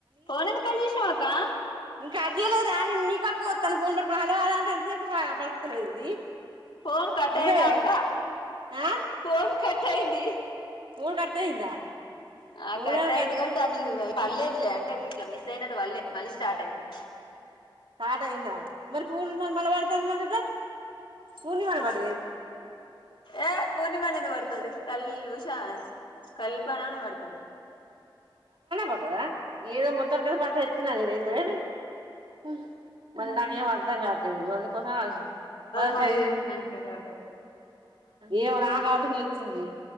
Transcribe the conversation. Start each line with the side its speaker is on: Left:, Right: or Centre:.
Left: ఫోన్ ఎంత కాల్ చేసినావాకా
Right: కర్జయలేదు అని ఇ నీ కడికే వస్తాను ఫోన్ పడుకు హలో అలాంటిే ఎంతసేపుడు పడుకుతలేదు ఇది
Left: ఫోన్ కట్టాయిందా
Right: నువ్వే
Left: అక్క
Right: ఆ
Left: ఫోన్ కట్టైంది
Right: ఫోన్ కట్ అయిందా
Left: ఆ
Right: ఫోన్
Left: కట్టయిది
Right: ఏడ
Left: కా తన్నియి పర్లేదులే అంటే మీ ఇట్లా మిస్ అయినట్టు వళ్లే మళ్ళీ స్టార్ట్ అయింది
Right: సాటంద మరి పూర్ణిమ మ బతంది మరి పూర్ణి పడ్ది
Left: ఏ పూర్ణిమానే ఎందుకు పడుతది కల్ ఉషా కల్పనానే పడుతది
Right: పద ఏదో మత్త క పడతా ఇ ఆ మరి నాకేం అర్థం కాాలట్లేదు అళ కోసం
Left: ఫస్ట్
Right: అే ఏో నా కాళ్ళ వచ్చింది